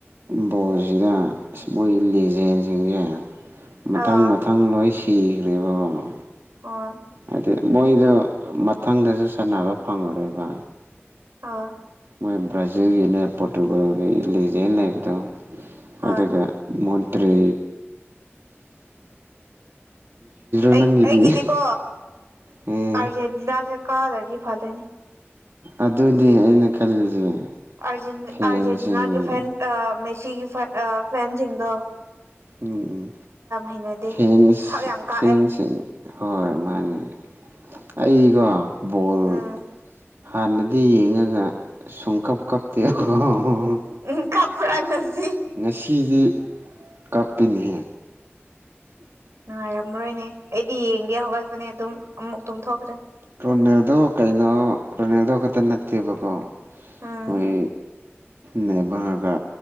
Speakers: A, on the right (about 60°); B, on the right (about 85°).
A: ꯕꯣꯁꯤꯗ ꯃꯣꯏ ꯂꯤꯖꯦꯟꯁꯤꯡꯁꯦ ꯃꯊꯪ
B: ꯑꯥ
A: ꯃꯊꯪ ꯂꯣꯏ ꯁꯤꯈ꯭ꯔꯦꯕꯀꯣ
B: ꯍ
A: ꯍꯥꯏꯗꯤ ꯃꯣꯏꯗꯣ ꯃꯊꯪꯗꯁꯨ ꯁꯥꯟꯅꯕ ꯐꯪꯉꯕ
B: ꯑꯥ
A: ꯃꯣꯏ ꯕ꯭ꯔꯥꯖꯤꯜꯒꯤꯅꯦ ꯄꯣꯔꯇꯨꯒꯜꯒꯤ ꯂꯤꯖꯦꯟ ꯂꯩꯕꯗꯣ
B: ꯍꯣꯏ
A: ꯑꯗꯨꯒ ꯃꯗ꯭ꯔꯦ ꯅꯪꯒꯤꯗꯤ
B: ꯑꯩ ꯑꯩꯒꯤꯗꯤꯀꯣ
A: ꯎꯝ
B: ꯑꯥꯔꯖꯦꯟꯇꯤꯅꯥꯁꯦ ꯀꯥꯗ꯭ꯔꯗꯤ ꯐꯗꯣꯏꯅꯤ
A: ꯑꯗꯨꯅꯦ ꯑꯩꯅ ꯈꯜꯂꯤꯁꯦ
B: ꯑꯔꯖꯦꯟ
A: ꯐꯦꯟꯁꯤꯡꯅ
B: ꯑꯔꯖ‌ꯦꯟꯇꯤꯅꯥꯒꯤ ꯐꯦꯟ ꯀ ꯃꯦꯁꯤꯒꯤ ꯐꯦꯟ ꯑꯥ ꯐ‌ꯦꯟꯁꯤꯡꯗꯣ
A: ꯎꯝ ꯎꯝ
B: ꯍꯩꯅꯗꯦ
A: ꯐ‌ꯦꯟꯁ
B: ꯁꯛ ꯌꯥꯝ ꯀꯥꯛꯑꯦ
A: ꯐꯦꯟꯁꯤꯡ ꯍꯣꯏ ꯃꯥꯅꯦ ꯑꯩꯒꯣ ꯕꯣꯜ
B: ꯎꯝ
A: ꯍꯥꯟꯅꯗꯤ ꯌꯦꯡꯉꯒ ꯁꯨꯡꯀꯞ ꯀꯞꯇꯦ ꯕꯀ‌ꯣ
B: ꯎꯝ ꯀꯞꯄꯔ ꯅꯁ
A: ꯉꯁꯤꯗꯤ ꯀꯥꯞꯄꯤꯅꯤꯍꯦ
B: ꯅꯨꯡꯉꯥꯏꯔꯝꯃꯔꯣꯏꯅꯦ ꯑꯩꯗꯤ ꯌꯦꯡꯒꯦ ꯍꯧꯒꯠꯄꯅꯦ ꯑꯗꯨꯝ ꯑꯃꯨꯛ ꯇꯨꯝꯊꯣꯛꯈ꯭ꯔꯦ
A: ꯔꯣꯅꯥꯜꯗꯣ ꯀꯩꯅꯣ ꯔꯣꯅꯥꯜꯗꯣ ꯈꯛꯇ ꯅꯠꯇꯦꯕꯀꯣ
B: ꯎꯝ
A: ꯃꯣꯏ ꯅ‌ꯦꯃꯥꯔꯒ